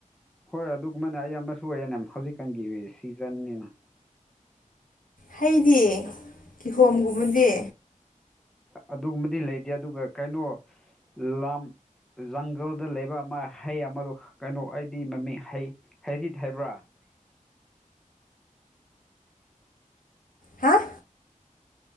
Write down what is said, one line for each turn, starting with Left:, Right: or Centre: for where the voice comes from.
Centre: ꯍꯣꯏ ꯑꯗꯨꯒꯨꯝꯕꯅꯦ ꯑꯩ ꯑꯃꯁꯨ ꯑꯣꯏꯌꯦꯅꯦ ꯍꯧꯖꯤꯛꯀꯥꯟꯒꯤ ꯁꯤ ꯆꯟꯅꯤꯅ
Left: ꯍꯩꯗꯤ ꯀꯤꯍꯣꯝꯒꯨꯝꯕꯗꯤ
Centre: ꯑꯗꯨꯒꯨꯝꯕꯗꯤ ꯂꯩꯇꯦ ꯑꯗꯨꯒ ꯀꯩꯅꯣ ꯂꯝ ꯖꯪꯒꯜꯗ ꯂꯩꯕ ꯑꯃ ꯍꯩ ꯑꯃꯗꯣ ꯀꯩꯅꯣ ꯑꯩꯗꯤ ꯃꯃꯤꯡ ꯍꯩ ꯍꯩꯔꯤꯠ ꯍꯥꯏꯕ꯭ꯔꯥ
Left: ꯍꯥꯥ